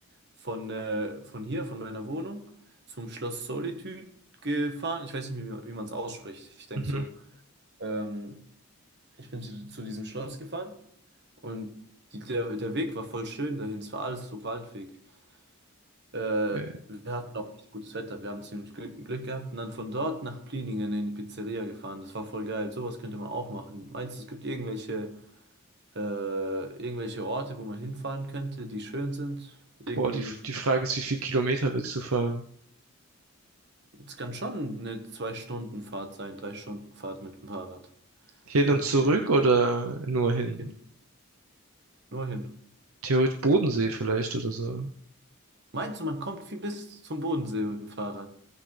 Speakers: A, on the right; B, on the right.
A: von, äh, von hier, von meiner Wohnung, zum Schloss Solitude gefahren. Ich weiß nicht, wie, wie man es ausspricht. Ich denke
B: Mhm.
A: so, ähm, ich bin zu, zu diesem Schloss gefahren und die, der, der Weg war voll schön dahin. Es war alles so Waldweg. Äh,
B: Geil.
A: wir hatten auch richtig gutes Wetter. Wir haben ziemlich Glück, Glück gehabt und dann von dort nach Pliningen in die Pizzeria gefahren. Das war voll geil. Sowas könnte man auch machen. Meinst du, es gibt irgendwelche äh, irgendwelche Orte, wo man hinfahren könnte, die schön sind. Irgendwie,
B: Boah, die, die Frage ist, wie viel Kilometer willst du fahren?
A: es kann schon eine Zwei-Stunden-Fahrt sein, Drei-Stunden-Fahrt mit dem Fahrrad.
B: Hin
A: Ist kein
B: und
A: Problem.
B: zurück oder nur hin?
A: Hin. Nur hin.
B: Theoretisch Bodensee vielleicht oder so.
A: Meinst du, man kommt viel bis zum Bodensee mit dem Fahrrad?